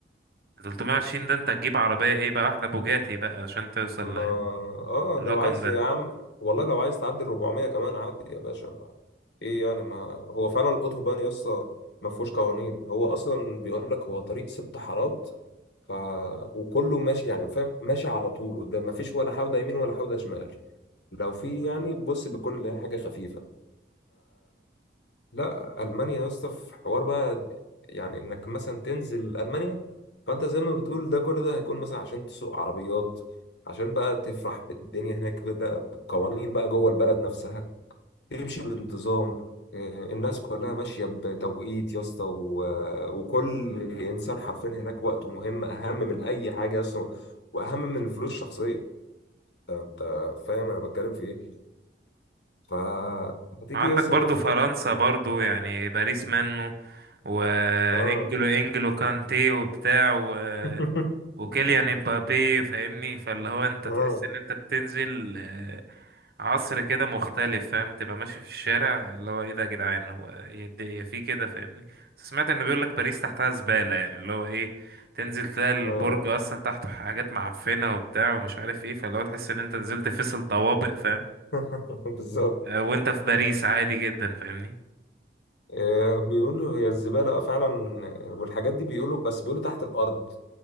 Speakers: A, on the right; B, on the left.
A: 320 ده انت تجيب عربيه ايه بقى احلى بوجاتي بقى عشان توصل
B: ما اه
A: للرقم
B: لو عايز يا عم والله لو عايز تعدي ال 400 كمان عدي يا باشا ما- ايه يعني ما هو فعلا الاوتوبان يسطا ما فيهوش قوانين هو اصلا بيقول لك هو طريق ست حارات ف وكله ماشي يعني فاهم ماشي على طول قدام ما فيش ولا حوده يمين ولا حوده شمال لو في يعني بص بتكون اللي هي حاجه خفيفه لا المانيا يا اسطى في حوار بقى يعني انك مثلا تنزل المانيا فانت زي ما بتقول ده كل ده هيكون مثلا عشان تسوق عربيات عشان بقى تفرح بالدنيا هناك بدا بالقوانين بقى جوه البلد نفسها تمشي بانتظام آه، الناس كلها ماشيه بتوقيت يا اسطى و- آه، وكل انسان حرفيا هناك وقته مهم اهم من اي حاجه يا اسطى واهم من الفلوس الشخصيه انت أنت فاهم انا بتكلم في ايه فهتيجي
A: عندك
B: يا اسطى
A: برضو
B: بقى في
A: فرنسا
B: حته
A: برضو يعني باريس منه وانجلو
B: اه
A: انجلو كانتي وبتاع و...
B: <laughs>
A: وكيليان امبابي فاهمني فاللي هو انت
B: اه
A: تحس ان انت بتنزل آه، عصر كده مختلف فاهم تبقى ماشي في الشارع اللي هو ايه ده يا جدعان هو هي الد- هي في كده فاهمني بس سمعت ان بيقول لك باريس تحتها زبالة يعني اللي هو ايه تنزل تلاقي البرج
B: اه
A: اصلا تحته حاجات معفنة وبتاع ومش عارف ايه فاللي هو تحس ان انت نزلت فيصل طوابق فاهم
B: اه <laughs> بالظبط
A: آه، وانت في باريس عادي جدا فاهمني
B: آه، بيقولوا هي الزبالة اه فعلا آه، والحاجات دي بيقولوا بس بيقولوا تحت الأرض